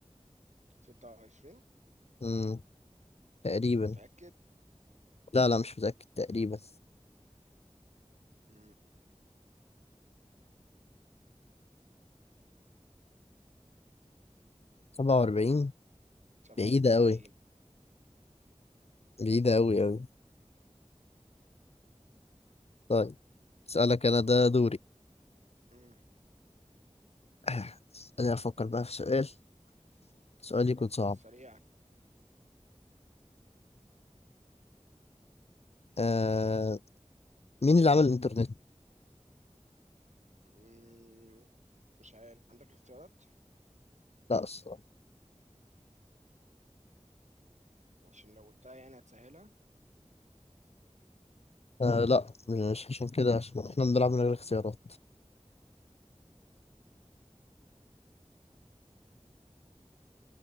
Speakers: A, on the right (about 75°); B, on the left (about 60°).
A: 26
B: امم تقريبا
A: متأكد
B: لا لا مش متأكد تقريبا
A: م،
B: 47
A: 47
B: بعيدة أوي بعيدة أوي أوي طيب اسألك انا ده دوري
A: م،
B: <clears throat> انا افكر بقى في سؤال سؤال يكون
A: فكر
B: صعب
A: سريعا
B: آه... مين اللي عمل الانترنت
A: م، مش عارف عندك اختيارات
B: لا الصراحة
A: عشان لو قلتها يعني هتسهلها
B: آه لا مش عشان كده عشان احنا بنلعب من غير اختيارات